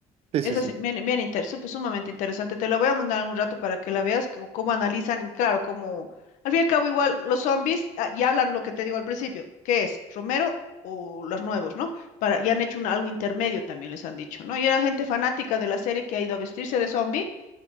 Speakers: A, on the right; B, on the left.
A: Sí,
B: eso
A: sí, sí.
B: es bien, bien inter- sup- sumamente interesante. Te lo voy a mandar un rato para que la veas, c- cómo analizan, y claro, como al fin y al cabo igual los zombies ah, y hablan lo que te digo al principio, ¿qué es? ¿Romero o los nuevos, ¿no? Para, y han hecho un, algo intermedio también, les han dicho, ¿no? Y era gente fanática de la serie que ha ido a vestirse de zombie